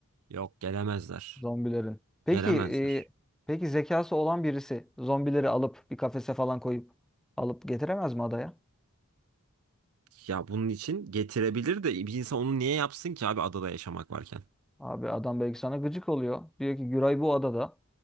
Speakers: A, on the right; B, in the centre.
A: Yok gelemezler.
B: zombilerin. Peki
A: Gelemezler.
B: e, peki zekası olan birisi zombileri alıp bir kafese falan koyup alıp getiremez mi adaya?
A: Ya bunun için getirebilir de bir insan onu niye yapsın ki abi adada yaşamak varken?
B: Abi adam belki sana gıcık oluyor. Diyor ki Güray bu adada.